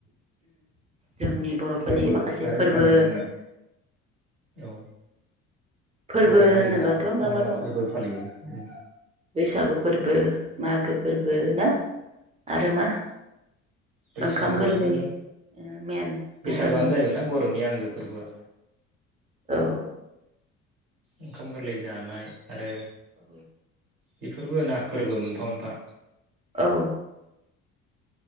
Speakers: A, on the right (about 15°); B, on the right (about 55°).
A: जोंनि बर'फोरनि
B: फोरबो
A: माखासे
B: आरो
A: फोरबो
B: गाननाय जोमनाय औ।
A: फोरबो
B: बर'
A: होनोबाथ'
B: हारिहा मा मा
A: दं
B: फोरबो फालियो? <inaudible>
A: बैसागु फोरबो मागो फोरबो ना आरो मा?
B: बैसागोआनो
A: ओंखाम गोरलै मेन बैसागुन
B: बैसागोआनो जाहैबाय ना बर'नि आंगो फोरबोआ।
A: औ
B: ओंखाम गोरलै जानाय आरो।
A: औ।
B: बेफोरबो ना फोरबो मोनफा मोनफा
A: औ।